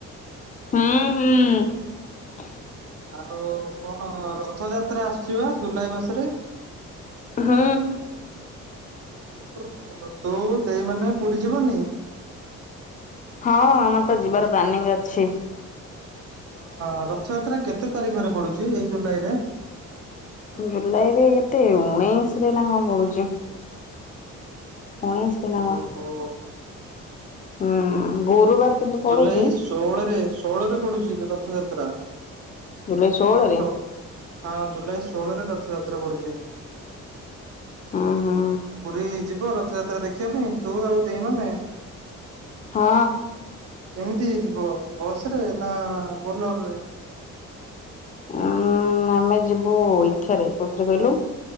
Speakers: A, on the left; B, on the right.
A: ହୁଁ ହୁଁ?
B: ଆଉ କଣ ରଥଯାତ୍ରା ଆସୁଛିପା ଜୁଲାଇ ମାସରେ?
A: ହୁଁ।
B: ଆଉ ତୁ ଦେଇମାନେ ପୁରୀ ଯିବୁନି
A: ହଁ ଆମର ତ ଯିବାର ପ୍ଲାଇଂ ଅଛି।
B: ହଁ ରଥଯାତ୍ରା କେତେ ତାରିଖରେ ପଡୁଛି ଏଇ ଜୁଲାଇରେ।
A: ଜୁଲାଇରେ କେତେ ଉଣେଇଶରେ ନା କଣ ପଡୁଛି। ଉଣେଇଶୀ ନା କଣ?
B: ଓହୋ।
A: ହୁଁ ଗୁରୁବାର କିନ୍ତୁ ପଡୁଛି
B: ଜୁଲାଇ ଷୋହଳରେ ଷୋହଳରେ ପଡୁଛି କି ରଥଯାତ୍ରା। ବୁଝିଲୁ
A: ଜୁଲାଇ ଷୋହଳରେ
B: ହଁ ଜୁଲାଇ ଷୋହଳରେ ରଥଯାତ୍ରା ପଡୁଛି।
A: ହୁଁ ହୁଁ
B: ପୁରୀ ଯିବ ରଥ ରଥଯାତ୍ରା ଦେଖିବା ପାଇଁ ତୁ ଆଉ ଦେଇମାନେ।
A: ହଁ।
B: କେମିତି ଯିବ ବସରେ ନା ବୋଲରରେ।
A: ଉଁ ଉଁ ଉଁ ଆମେ ଯିବୁ ଏଥରେ କୋଉଥିରେ କହିଲୁ